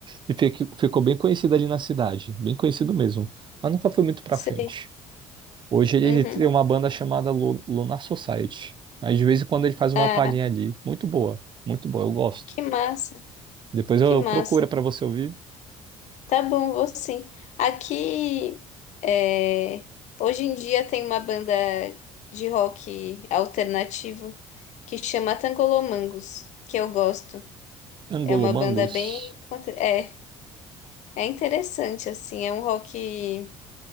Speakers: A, on the right; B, on the left.
A: E fique- ficou bem conhecido ali na cidade. Bem conhecido mesmo. Mas nunca foi muito pra
B: Sei.
A: frente. Hoje ele
B: Uhum.
A: tem uma banda chamada Lu- Lunar Society. Aí de vez em quando ele faz uma
B: Ah,
A: palhinha ali. Muito boa. Muito boa. Eu gosto.
B: que massa,
A: Depois eu
B: que massa.
A: procuro pra você ouvir.
B: Tá bom, vou sim. Aqui, é, hoje em dia tem uma banda de rock alternativo que chama Tangolomangos, que eu gosto.
A: Angolomangos.
B: É uma banda bem. conte- É, é interessante, assim, é um rock